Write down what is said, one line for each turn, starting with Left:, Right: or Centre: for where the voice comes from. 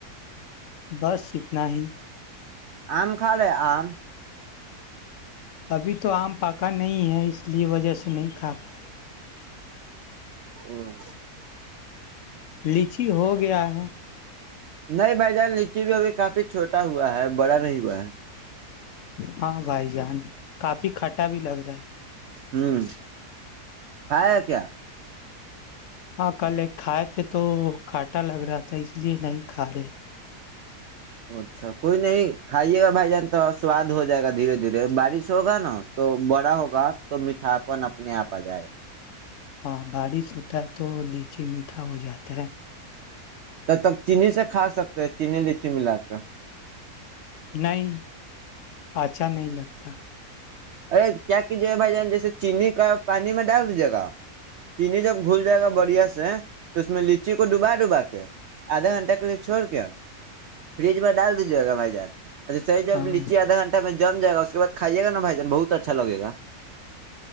Left: بس اتنا ہی
Right: آم کھالے آم
Left: ابھی تو آم پاکا نہیں نہیں ہے اس لیے وجہ سے نہیں کھا پا
Right: ہ
Left: لیچی ہو گیا ہے
Right: نہیں بھائی جان نیچے بھی ابھی کافی چھوٹا ہوا ہے بڑا نہیں ہوا ہے
Left: ہاں بھائی جان کافی کھٹا بھی لگ رہا ہے
Right: ہوں کھائے کیا
Left: ہاں کل ایک کھائے تھے تو کھانٹا لگ رہا تھا اس لیے نہیں کھا رہے
Right: اچھا کوئی نہیں کھائیے گا بھائی جان تھوڑا سواد ہو جائے گا دھیرے دھیرے بارش ہوگا نا تو بڑا ہوگا تو میٹھاپن اپنے آپ آ جائے گا
Left: ہاں بارش ہوتا ہے تو لیچی میٹھا ہو جاتا ہے
Right: تب تک چینی سے کھا سکتے ہیں چینی لچی ملا کے
Left: نہیں اچھا نہیں لگتا
Right: ارے کیا کیجیے گا بھائی جان جیسے چینی کا پانی میں ڈال دیجیے گا چینی جب گھل جائے گا بڑھیا سے تو اس میں لچی کو ڈوبا ڈوبا کے آدھا گنٹہ کا ے چھوڑ کے فریج میں ڈال دیجیے گا بھائی جان اچھا سی جب
Left: ہاں
Right: لییچی آدا گھٹہ میں جائے گا کے بع کائیے گا بھائی بہت اچھا لگے گا